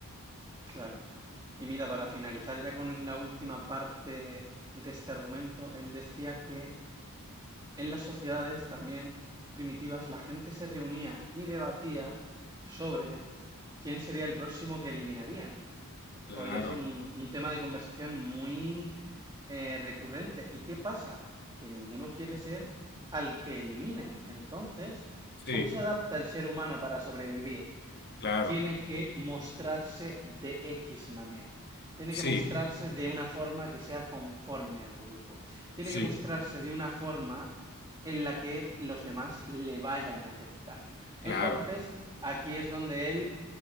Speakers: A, on the right; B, on the left.
A: claro. Y mira, para finalizar ya con la última parte de este argumento, él decía que En las sociedades también primitivas la gente se reunía y debatía sobre quién sería el próximo que eliminarían.
B: Claro,
A: Podría ser un, un tema de conversación muy eh, recurrente. ¿Y qué pasa? Que ninguno quiere ser al que eliminen. Entonces,
B: sí,
A: ¿cómo se adapta el ser humano para sobrevivir?
B: claro,
A: tiene que mostrarse de X manera, tiene
B: sí.
A: que mostrarse de una forma que sea conforme al grupo, tiene
B: Sí,
A: que mostrarse de una forma en la que los demás le vayan a aceptar.
B: claro,
A: Entonces, aquí es donde él